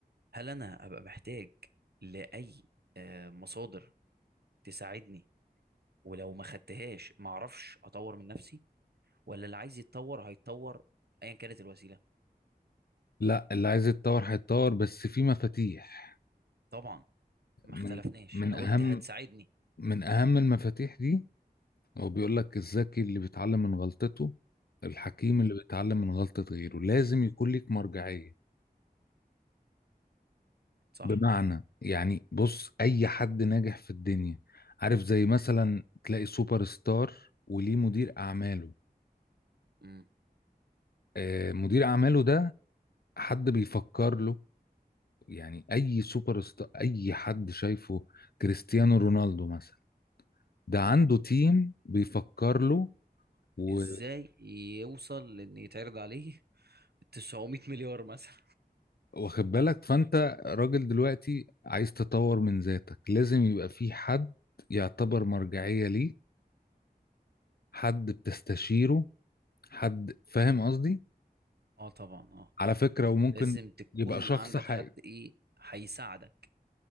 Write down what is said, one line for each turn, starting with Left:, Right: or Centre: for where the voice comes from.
Right: هل انا هبقى محتاج لاي آه، مصادر تساعدني ولو ما خدتهاش ما اعرفش اطور من نفسي ولا اللي عايز يتطور هيتطور ايا كانت الوسيله
Left: لا اللي عايز يتطور هيتطور بس في مفاتيح
Right: طبعا ما
Left: من
Right: اختلفناش
Left: من
Right: انا
Left: اهم
Right: قلت هتساعدني
Left: من اهم المفاتيح دي هو بيقول لك الذكي اللي بيتعلم من غلطته الحكيم
Right: امم
Left: اللي بيتعلم من غلطة غيره لازم يكون ليك مرجعية
Right: صح
Left: بمعنى يعني بص اي حد ناجح في الدنيا عارف زي مثلا تلاقي سوبر ستار وليه مدير اعماله
Right: مم.
Left: آه مدير اعماله ده حد بيفكر له يعني اي سوبر ستار اي حد شايفه كريستيانو رونالدو مثلا ده
Right: مم.
Left: عنده تيم بيفكر له و...
Right: ازاي يوصل لان يتعرض عليه 900 مليار مثلا
Left: <laughs> واخد بالك فانت راجل دلوقتي عايز تطور من ذاتك لازم يبقى في حد يعتبر مرجعية ليه حد بتستشيره حد فاهم قصدي
Right: اه طبعا اه
Left: على فكرة وممكن
Right: لازم تكون
Left: يبقى شخص
Right: عندك
Left: حقيقي
Right: حد ايه هيساعدك